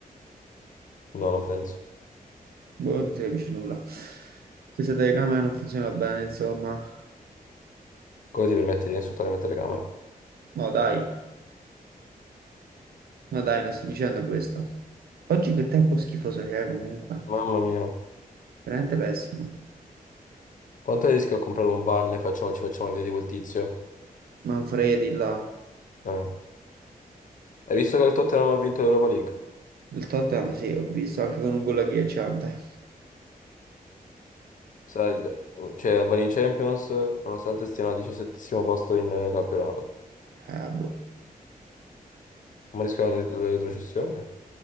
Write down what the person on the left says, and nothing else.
No, non penso.
Come ti permetti di insultare le mie telecamere?
Mamma mia.
Quanto rischio a comprare un van e facciamo, ci facciamo vedere di quel tizio?
Eh. Hai visto che il Tottenham ha vinto l'Europa League?
Sarà il- cioè, vanno in Champions, nonostante stiano al diciassettesimo posto in eh, campionato.
Ma rischiano la retrocessione?